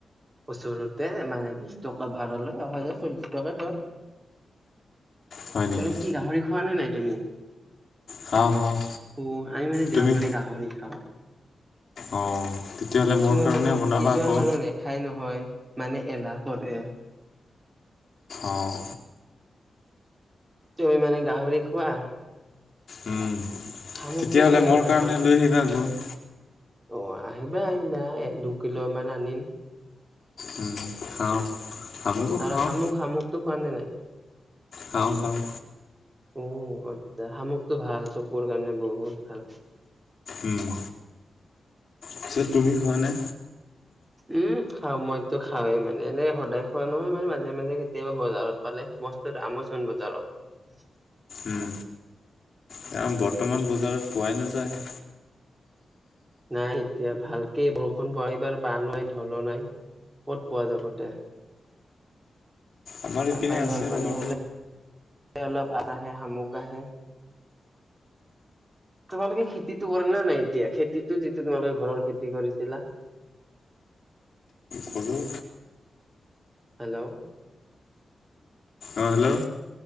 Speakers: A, on the right; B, on the left.
A: ওচৰতে মানে বিশ টকা, ভাড়াালয় অহা যোৱা চল্লিশ টকা ধৰ।
B: হয় নেকি?
A: এনে কি, গাহৰি খোৱা নে নাই। <unintelligible>
B: খাওঁ খাওঁ
A: অ' আমি মানে
B: তুমি
A: দেওবাৰে গাহৰি খাওঁ
B: অ', তেতিয়াহ'লে
A: কিছুমান
B: মোৰ কাৰণে
A: মানুহ
B: বনাবা
A: কিছুমান
B: আকৌ
A: মানুহ নেখাই নহয়। মানে এলাহ কৰে।
B: অ'।
A: তুমি মানে গাহৰি খোৱা।
B: উম।
A: শামুকটো
B: তেতিয়াহ'লে
A: খোৱা নাই
B: মোৰ
A: দেখোন
B: কাৰণে
A: শামুক
B: লৈ আহিবা <unintelligible>
A: অ' আহিবা আহিবা, এক-দুই কিলো মান আনিম।
B: উম, খাওঁ আমুকো
A: আৰু
B: খাওঁ
A: শামুক-শামুকটো খোৱা নে নাই?
B: খাওঁ-খাওঁ।
A: উম, অ, তে শামুকটো ভাল চকুৰ কাৰণে বহুত ভাল।
B: উম, পিছে তুমি খোৱা নে?
A: উম, খাওঁ মইতো খাওৱেই মানে এনে সদায় খোৱা নহয় মানে মাজে-মাজে কেতিয়াবা বজাৰত পালে বস্তু দামোচোন বজাৰত।
B: উম, কাৰণ বৰ্তমান বজাৰত পোৱাই নাযায়।
A: নাই এতিয়া ভালকেই বৰষুণ প <unintelligible> এইবাৰ বান নাই ঢলো নাই ক'ত পোৱা যাব তে?
B: আমাৰ ইপিনে
A: বানপানী
B: আছে
A: ঢলপানী
B: ৰ'বা
A: হ'লে <inaudible> অলপ আ যা হে শামুক আহে। তোমালোকে খেতিটো কৰে নে নাই এতিয়া খেতিটো যিটো তোমালোকে ঘৰৰ খেতি কৰিছিলা?
B: কৰোঁ
A: হেল্ল',
B: অঁ হেল্ল',